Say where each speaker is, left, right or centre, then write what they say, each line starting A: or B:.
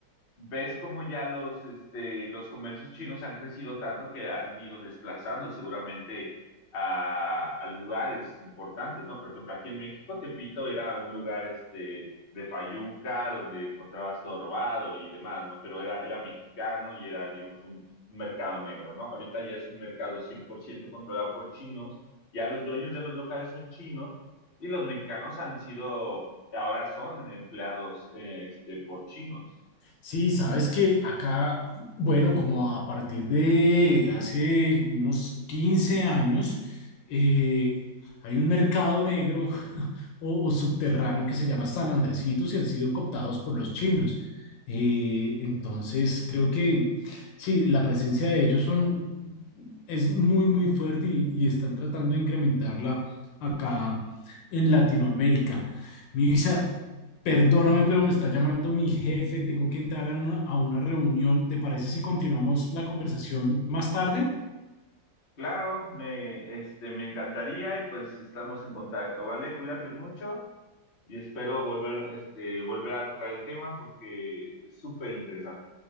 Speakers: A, on the left; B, on the left.
A: ves cómo ya los, este, los comercios chinos han crecido tanto que han ido desplazando seguramente a, a lugares importantes, ¿no? Por ejemplo, aquí en México, Tepito era un lugar, este, de Fayuca, donde encontrabas todo robado y demás, ¿no? Pero era, era mexicano y era, digamos, un, un mercado negro, ¿no? Ahorita ya es un mercado 100% controlado por chinos, ya los dueños de los locales son chinos y los mexicanos han sido, ahora son empleados, eh, este, por chinos.
B: Sí, sabes que acá, bueno, como a partir de hace unos 15 años, eh, hay un mercado negro <laughs> o, o subterráneo que se llama San Andresitos y han sido cooptados por los chinos. Eh, entonces, creo que sí, la presencia de ellos son, es muy, muy fuerte y, y están tratando de incrementarla acá en Latinoamérica. Mirisa, Perdóname, pero me está llamando mi jefe. Tengo que entrar a una, a una reunión. ¿Te parece si continuamos la conversación más tarde?
A: Claro, me, este, me encantaría y pues estamos en contacto, ¿vale? Cuídate mucho y espero volver, este, volver a tocar el tema porque es súper interesante.